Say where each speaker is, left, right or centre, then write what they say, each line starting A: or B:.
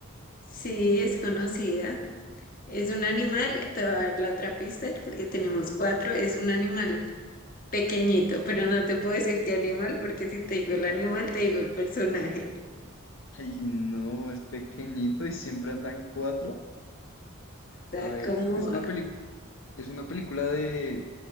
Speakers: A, on the left; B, on the left.
A: sí, es conocida. Es un animal, te voy a dar la otra pista porque tenemos cuatro. Es un animal pequeñito, pero no te puedo decir qué animal porque si te digo el animal, te digo el personaje.
B: Ay, no, es pequeñito y siempre andan cuatro.
A: da
B: A ver,
A: como,
B: es una peli, es una película de